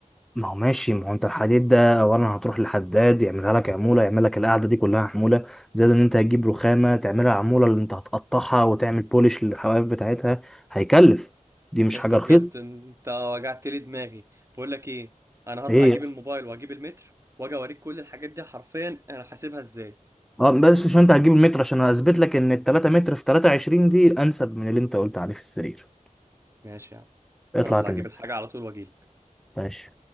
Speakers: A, in the centre; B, on the right.
A: ما هو ماشي ما هو انت الحديد ده اولا هتروح لحداد يعملها لك عموله يعمل لك القعده دي كلها عموله زائد ان انت هتجيب رخامه تعملها عموله اللي انت هتقطعها وتعمل بولش للحواف بتاعتها هيكلف دي مش
B: لسه
A: حاجه
B: بجد
A: رخيصه
B: أنت وجعت لي دماغي بقول لك إيه أنا هطلع
A: ايه
B: أجيب
A: يا اسطى؟
B: الموبايل وأجيب المتر وأجي أوريك كل الحاجات دي حرفيا أنا حاسبها إزاي
A: اه بس عشان انت هتجيب المتر عشان اثبت لك ان ال 3 متر في 23 دي انسب من اللي انت قلت عليه في السرير
B: ماشي يا عم
A: اطلع
B: اطلع
A: هات
B: اجيب
A: المتر
B: الحاجه على طول واجيلك
A: ماشي